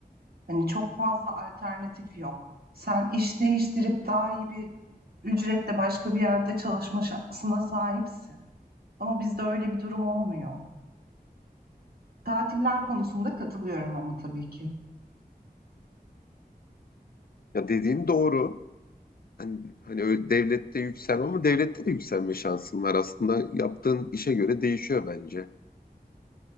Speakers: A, on the right; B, on the left.
A: Hani çok fazla alternatif yok. Sen iş değiştirip daha iyi bir ücretle başka bir yerde çalışma şansına sahipsin. Ama bizde öyle bir durum olmuyor. Tatiller konusunda katılıyorum ama tabii ki.
B: Ya dediğin doğru. Hani, hani öyle devlette yükselme ama devlette de yükselme şansın var. Aslında yaptığın işe göre değişiyor bence.